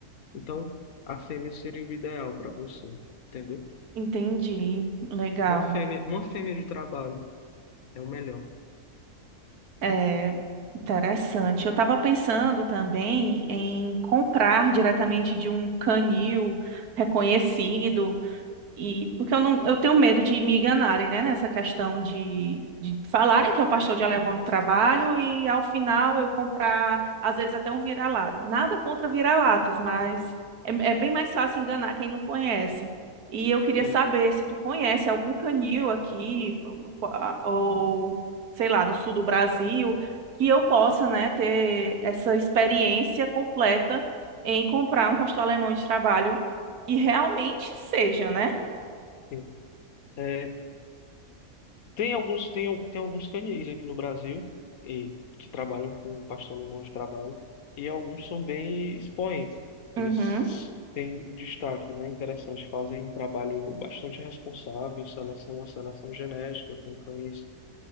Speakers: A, on the left (about 70°); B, on the right (about 75°).
A: Então, a fêmea seria o ideal para você, entendeu?
B: entendi. Legal.
A: Uma fêmea, uma fêmea de trabalho é o melhor.
B: É interessante. Eu estava pensando também em comprar diretamente de um canil reconhecido E porque eu não, eu tenho medo de me enganarem, né, nessa questão de, de falarem que é o pastor de alemão de trabalho e ao final eu comprar, às vezes até um vira-lata. Nada contra vira-latas, mas é, é bem mais fácil enganar quem não conhece. E eu queria
A: Sim,
B: saber se tu conhece algum canil aqui, ou sei lá, no sul do Brasil, que eu possa, né, ter essa experiência completa em comprar um pastor alemão de trabalho. E realmente seja, né?
A: sim. É, tem alguns, tem, al- tem alguns canis aqui no Brasil e, que trabalham com pastor alemão de trabalho e alguns são bem expoentes. Eles
B: Uhum,
A: têm destaque, né? Interessante, fazem um trabalho bastante responsável, seleção, uma seleção genética com cães